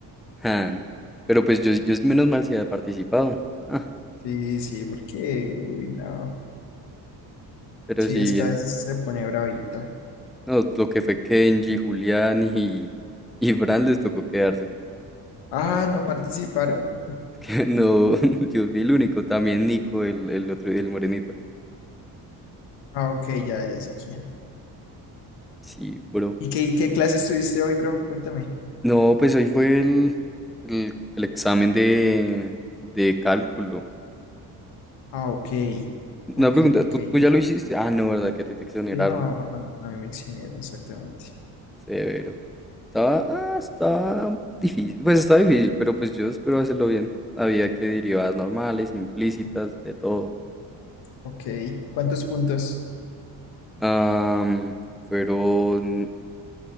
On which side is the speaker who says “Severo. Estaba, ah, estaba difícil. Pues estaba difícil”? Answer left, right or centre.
Centre